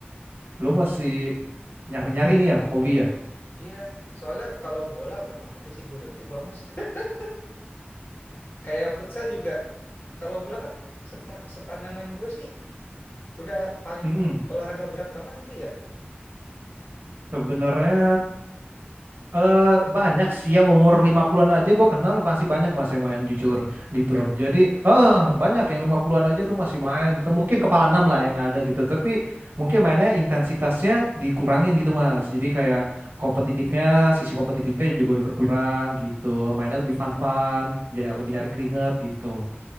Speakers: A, on the right; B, on the left.
A: Lu masih nyari-nyari nih ya hobi ya?
B: iya. Soalnya kalau bola udah nggak mungkin sih, gue udah tua Mas. <laughs> Kayak futsal juga. Kalau bola kan sepenga- sepandangan gue sih udah paling
A: Mm
B: olahraga berat banget itu ya.
A: Sebenarnya Eh, banyak sih yang umur 50-an aja gua kenal masih banyak mas yang main jujur gitu. Hmm. Jadi eh banyak yang 50-an aja tuh masih main. Tuh mungkin kepala enam lah yang ada gitu. Tapi mungkin mainnya intensitasnya dikurangin gitu mas. Jadi kayak kompetitifnya, sisi kompetitifnya juga udah berkurang gitu. Mainnya lebih fun-fun, ya lebih nyari keringat gitu.